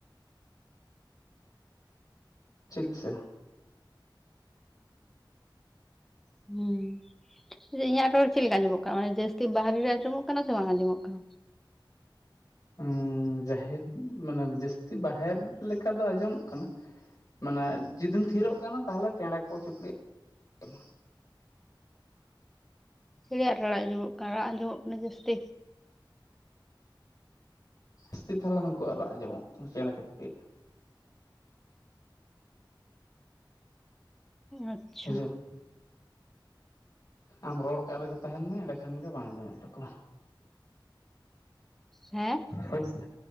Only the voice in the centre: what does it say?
ᱦᱩᱸ ᱤᱧᱟᱹᱜ ᱨᱚᱲ ᱪᱤᱫ ᱞᱮᱠᱟ ᱟᱡᱚᱢᱚᱜ ᱠᱟᱱᱟ ᱢᱟᱱᱮ ᱡᱟᱹᱥᱛᱤ ᱵᱟᱦᱨᱮ ᱨᱮ ᱟᱡᱚᱢᱚᱜ ᱠᱟᱱᱟ ᱥᱮ ᱵᱟᱝ ᱟᱡᱚᱢᱚᱜ ᱠᱟᱱᱟ?
ᱪᱮᱬᱮ ᱭᱟᱜ ᱨᱚᱲ ᱟᱡᱚᱢᱚᱜ ᱠᱟᱱᱟ ᱨᱟᱜ ᱟᱸᱡᱚᱢᱚᱜ ᱠᱟᱱᱟ ᱡᱟᱹᱥᱛᱤ?
ᱟᱪᱪᱷᱟ
ᱦᱮᱸ